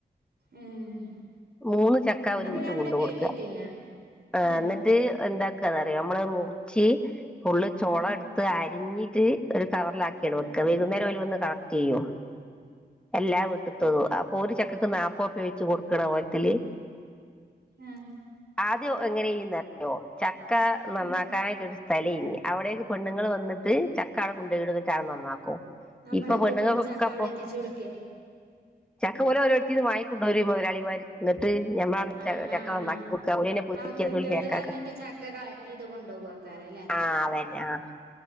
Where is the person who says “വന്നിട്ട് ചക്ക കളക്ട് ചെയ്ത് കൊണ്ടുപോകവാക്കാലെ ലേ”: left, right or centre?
Right